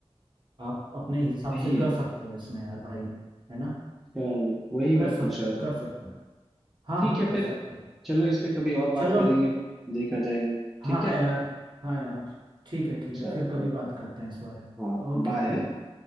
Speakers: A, on the right; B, in the centre.
A: आप अपने हिसाब
B: यही
A: से
B: है
A: कर सकते हो इसमें यार भाई है ना
B: चलो वही
A: कर
B: मैं
A: सकते
B: पूछ रहा
A: हो कर
B: था
A: सकते हो हाँ
B: ठीक
A: हाँ
B: है
A: कर
B: फिर
A: सकते हो
B: चलो इस पे कभी और बात
A: चलो
B: करेंगे देखा जाएगा
A: हाँ
B: ठीक है
A: यार हाँ यार ठीक है ठीक
B: चलो
A: है फिर कभी बात करते हैं इस बारे में
B: हाँ
A: Okay
B: बाय
A: bye